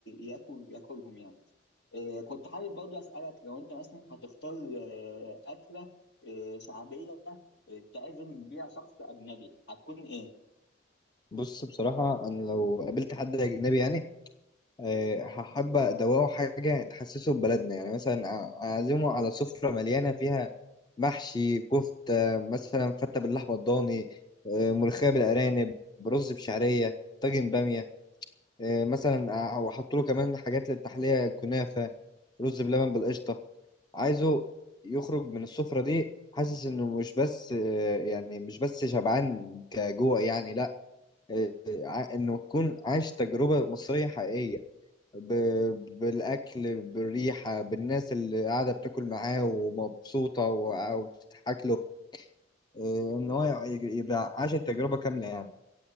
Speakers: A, on the left; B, on the left.
A: ياكل ياكلهم يعني آه، كنت حابب برضه أسألك لو أنت مثلا هتختار آه، أكلة آه، شعبية آه، تعزم بيها شخص أجنبي هتكون إيه؟
B: بص بصراحة أنا لو قابلت حد أجنبي يعني آه، هحب أدوقه حاجة تحسسه ببلدنا يعني مثلا أ- أعزمه على سفرة مليانة فيها محشي كفتة مثلا فتة باللحمة الضاني آه، ملوخية بالأرانب رز بشعرية طاجن بامية آه، مثلا أ- وأحط له كمان حاجات للتحلية كنافة رز بلبن بالقشطة عايزه يخرج من السفرة دي حاسس انه مش بس آه، يعني مش بس شبعان كجوع يعني لا آه، آه، انه يكون عايش تجربة مصرية حقيقية ب- بالاكل بالريحة بالناس اللي قاعدة بتاكل معاه ومبسوطة و- وبتضحك له آه، ان هو ي- يبقى عاش التجربة كاملة يعني